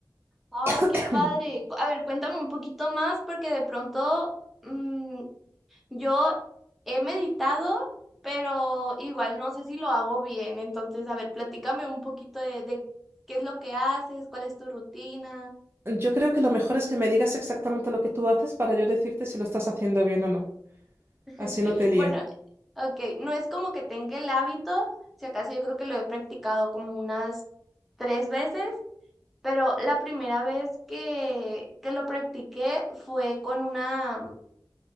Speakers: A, in the centre; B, on the right.
A: Ay,
B: <coughs>
A: qué padre. Cu- A ver, cuéntame un poquito más porque de pronto mm, yo he meditado, pero igual no sé si lo hago bien. Entonces, a ver, platícame un poquito de, de qué es lo que haces, cuál es tu rutina.
B: Yo creo que lo mejor es que me digas exactamente lo que tú haces para yo decirte si lo estás haciendo bien o no.
A: <laughs>
B: Así no te lío.
A: Bueno, ok, no es como que tenga el hábito, si acaso yo creo que lo he practicado como unas tres veces, pero la primera vez que, que lo practiqué fue con una,